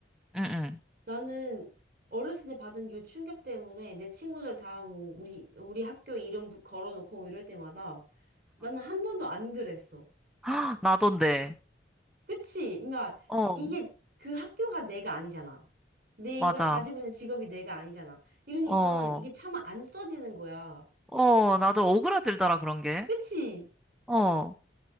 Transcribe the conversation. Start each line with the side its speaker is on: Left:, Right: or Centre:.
Centre: 응, 응.
Right: 나는 어렸을 때 받은 요 충격 때문에 내 친구들 다 뭐 우리 우리 학교 이름 부- 걸어놓고 뭐 이럴 때마다 나는 한 번도 안 그랬어.
Centre: 헉, 나던데.
Right: 그치? 그러니까
Centre: 어,
Right: 이게 그 학교가 내가 아니잖아. 내가
Centre: 맞아.
Right: 가지고 있는 직업이 내가 아니잖아. 이러니까
Centre: 어,
Right: 이게 차마 안 써지는 거야.
Centre: 어, 나도 오그라들더라, 그런 게.
Right: 그치?
Centre: 어.